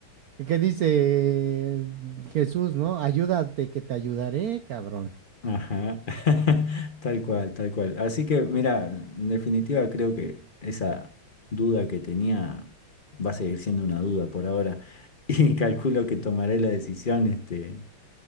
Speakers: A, on the right; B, on the left.
A: ¿Y qué dice Jesús, no? Ayúdate, que te ayudaré, cabrón.
B: Ajá, <laughs> tal cual, tal cual. Así que, mira, en definitiva creo que esa duda que tenía va a seguir siendo una duda por ahora <laughs> y calculo que tomaré la decisión este,